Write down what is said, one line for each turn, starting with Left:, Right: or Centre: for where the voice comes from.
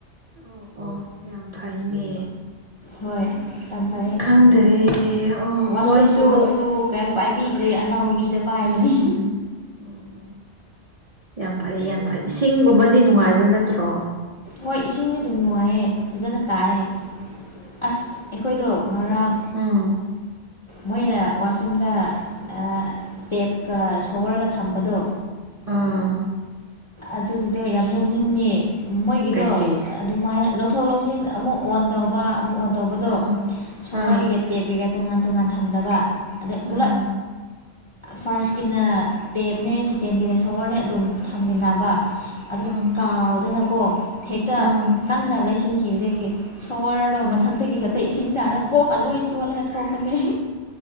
Right: ꯑꯣ ꯑꯣ ꯌꯥꯝ ꯐꯩꯅꯦ
Left: ꯍꯣꯏ ꯌꯥꯝ ꯐꯩꯌꯦ
Right: ꯈꯪꯗ꯭ꯔꯦ ꯑꯣ
Left: ꯋꯥꯁꯔꯨꯝꯒꯨꯝꯕꯁꯨ
Right: ꯃꯣꯏꯁꯨ
Left: ꯀꯩꯝ ꯄꯥꯏꯕꯤꯗ꯭ꯔꯤ ꯑꯅꯧꯕꯤꯗ ꯄꯥꯏꯕꯅꯦ
Right: ꯎꯝ ꯎꯝ ꯎꯝ ꯎꯝ ꯌꯥꯝ ꯐꯩ ꯌꯥꯝ ꯐꯩ ꯏꯁꯤꯡꯒꯨꯝꯕꯗꯤ ꯅꯨꯡꯉꯥꯏꯕ ꯅꯠꯇ꯭ꯔꯣ
Left: ꯍꯣꯏ ꯏꯁꯤꯡꯗꯤ ꯑꯗꯨꯝ ꯅꯨꯡꯉꯥꯏꯌꯦ ꯐꯖꯅ ꯇꯥꯏꯑꯦ ꯑꯁ ꯑꯩꯈꯣꯏꯗꯣ ꯉꯔꯥꯡ
Right: ꯎꯝ
Left: ꯃꯣꯏꯅ ꯋꯥꯁꯔꯨꯝꯗ ꯑꯥ ꯇꯦꯞꯀ ꯁꯣꯋꯔꯒ ꯊꯝꯕꯗꯣ
Right: ꯑꯥ
Left: ꯑꯗꯨꯒꯤꯗꯣ ꯌꯥꯝ ꯅꯣꯛꯅꯤꯡꯉꯦ ꯃꯣꯏꯒꯤꯗꯣ
Right: ꯀꯩꯒꯤ
Left: ꯑꯗꯨꯃꯥꯏꯅ ꯂꯧꯊꯣꯛ ꯂꯧꯁꯤꯟ ꯑꯃꯨꯛ ꯑꯣꯟ ꯇꯧꯕ ꯑꯃꯨꯛ ꯑꯣꯟ ꯇꯧꯕꯗꯣ
Right: ꯎꯝ
Left: ꯁꯣꯍꯔꯒꯤꯒ
Right: ꯎꯝ
Left: ꯇꯦꯞꯀꯤꯒ ꯇꯣꯉꯥꯟ ꯇꯣꯉꯥꯟ ꯊꯝꯗꯕ ꯑꯗꯩ
Right: ꯎꯝ
Left: ꯄꯨꯂꯞ ꯐꯥꯔꯁꯀꯤꯅ ꯇꯦꯞꯅꯦ ꯁꯦꯀꯦꯟꯒꯤꯅꯦ ꯁꯣꯍꯔꯅꯦ ꯑꯗꯨꯝ ꯊꯝꯃꯤꯟꯅꯕ ꯕꯥ ꯑꯗꯨ
Right: ꯎꯝ
Left: ꯀꯥꯎꯗꯅꯀꯣ ꯍꯦꯛꯇ
Right: ꯎꯝ
Left: ꯀꯟꯅ ꯂꯩꯁꯤꯟꯈꯤꯕꯗꯒꯤ ꯁꯣꯋꯔꯗꯣ
Right: ꯎꯝ
Left: ꯃꯊꯛꯇꯒꯤ ꯈꯛꯇ ꯏꯁꯤꯡ ꯇꯥꯔꯒ ꯀꯣꯛꯀ ꯂꯣꯏ ꯆꯣꯠꯂꯒ ꯊꯣꯛꯄꯅꯦ